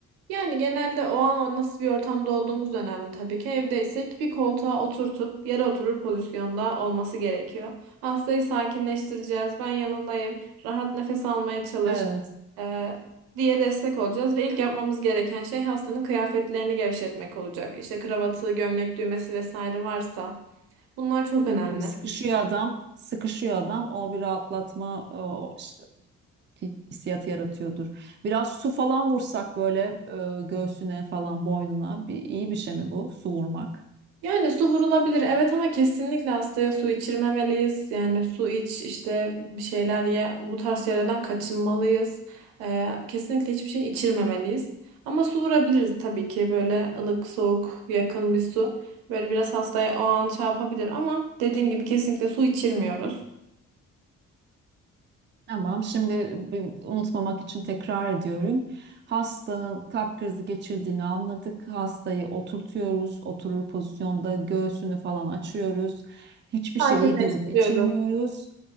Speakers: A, on the right; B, on the right.
A: Yani genelde o an o nasıl bir ortamda olduğumuz da önemli tabii ki. Evdeysek bir koltuğa oturtup yere oturur pozisyonda olması gerekiyor. Hastayı sakinleştireceğiz. Ben yanındayım. Rahat nefes almaya çalış.
B: Evet.
A: e, diye destek olacağız ve ilk yapmamız gereken şey hastanın kıyafetlerini gevşetmek olacak. İşte kravatı, gömlek düğmesi vesaire varsa bunlar çok önemli.
B: Tabii sıkışıyor adam, sıkışıyor adam. O bir rahatlatma e, o işte hissiyatı yaratıyordur. Biraz su falan vursak böyle e, göğsüne falan boynuna bir, iyi bir şey mi bu su vurmak?
A: Yani su vurulabilir evet ama kesinlikle hastaya su içirmemeliyiz. Yani su iç işte bir şeyler ye bu tarz şeylerden kaçınmalıyız. Ee, kesinlikle hiçbir şey içirmemeliyiz. Ama su vurabiliriz tabii ki böyle ılık soğuk yakın bir su. Böyle biraz hastaya o an şey yapabilir ama dediğim gibi kesinlikle su içirmiyoruz.
B: Tamam. Şimdi bir- unutmamak için tekrar ediyorum. Hastanın kalp krizi geçirdiğini anladık. Hastayı oturtuyoruz. Oturur pozisyonda göğsünü falan açıyoruz. Hiçbir
A: Sakinleştiriyoruz.
B: şey yedirip içirmiyoruz.